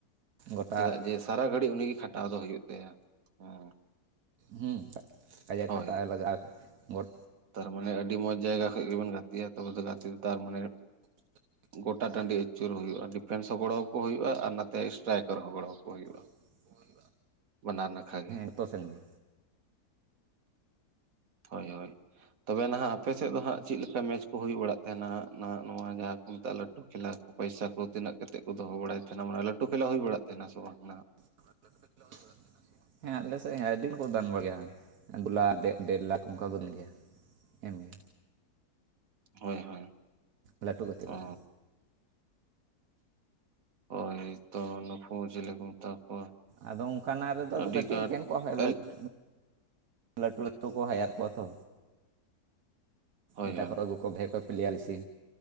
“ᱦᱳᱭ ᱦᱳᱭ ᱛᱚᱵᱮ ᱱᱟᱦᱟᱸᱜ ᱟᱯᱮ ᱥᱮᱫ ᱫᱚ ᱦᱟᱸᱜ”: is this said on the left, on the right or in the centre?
Right